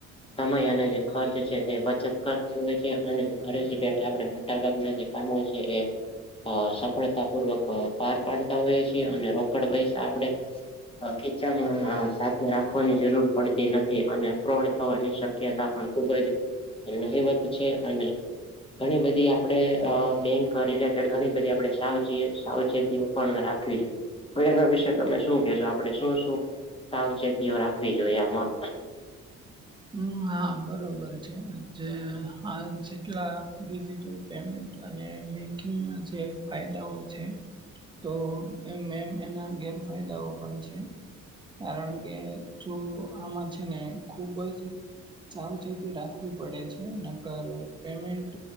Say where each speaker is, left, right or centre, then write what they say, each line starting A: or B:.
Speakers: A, on the left; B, on the right.
A: સમય અને જેર્ચ છે તે બચત કરતી હોય છે અને ઘરે જ બેઠા આપે ના જે કામો છે એ અ સફળતા પૂર્વક પાર પાડતા હોઈએ છીએ અને રોકડ પૈસા આપણે ખીચામાં સાથે રાખવાની જરૂર પડતી નથી અને ફ્રોડ થવાની શક્યતા કે તા પણ ખૂબ જ નહીવત છે અને ઘણી બધી આપડે બેંક ઘણી બધી આપડણે સાવચેત સાવચેતી પણ રાખવી જોઈએ તો એના વિશે તમે શું કેશો આપણે શું શું સાવચેતીઓ રાખવી જોઈએ આમાં
B: હમ હા બરોબર છે જે જેટલા ઇઝી પેમેન્ટ અને બેન્કિંગના જે ફાયદાઓ છે તો એમ એમ એના ગેરફાયદાઓ પણ છે કારણ કે જો આમાં છે ને ખુબ જ સાવચેતી રાખવી પડે છે નકર પેમેન્ટ